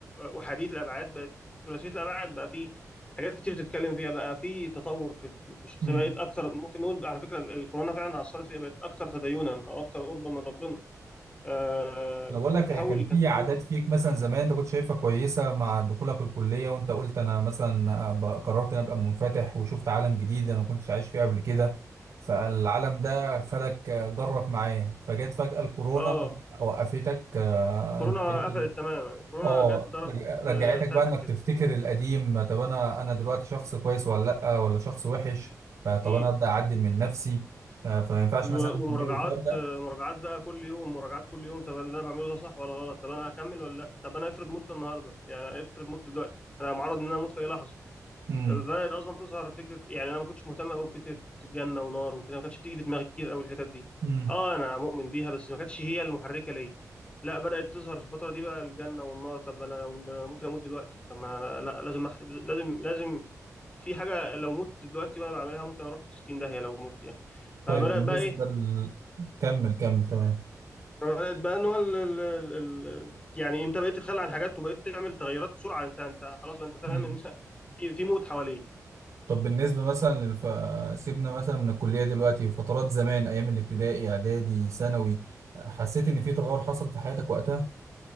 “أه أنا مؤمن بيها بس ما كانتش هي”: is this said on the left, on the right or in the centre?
Left